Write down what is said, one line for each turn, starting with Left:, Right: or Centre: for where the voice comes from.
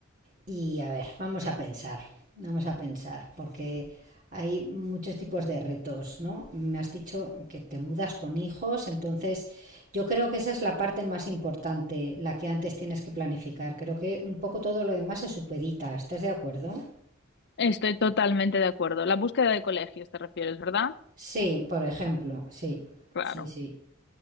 Right: Y a ver, vamos a pensar, vamos a pensar, porque hay muchos tipos de retos, ¿no? Me has dicho que te mudas con hijos, entonces yo creo que esa es la parte más importante, la que antes tienes que planificar. Creo que un poco todo lo demás se supedita, ¿estás de acuerdo?
Left: Estoy totalmente de acuerdo. La búsqueda de colegios, te refieres, ¿verdad?
Right: Sí, por ejemplo, sí,
Left: Claro.
Right: sí, sí.